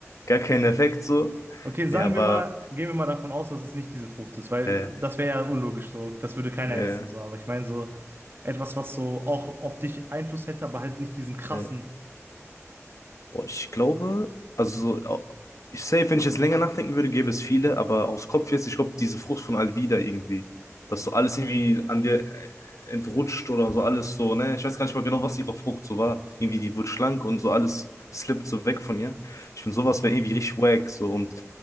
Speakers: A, on the left (about 80°); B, on the right (about 45°).
A: gar keinen Effekt so.
B: Okay, sagen
A: Ne, aber
B: wir mal, gehen wir mal davon aus, dass es nicht diese Frucht ist, weil
A: äh,
B: das wäre ja unlogisch so. Das würde keiner
A: äh,
B: essen so. Aber ich meine so etwas, was so auch auf dich Einfluss hätte, aber halt nicht diesen krassen.
A: äh, Boah, ich glaube, also so, ich safe, wenn ich jetzt länger nachdenken würde, gäbe es viele, aber aus Kopf jetzt, ich glaube, diese Frucht von Alvida irgendwie, dass so alles irgendwie an dir äh, entrutscht oder so alles so, ne? Ich weiß gar nicht mal genau, was ihre Frucht so war. Irgendwie, die wurde schlank und so alles slippt so weg von ihr. Ich finde, sowas wäre irgendwie richtig wack, so und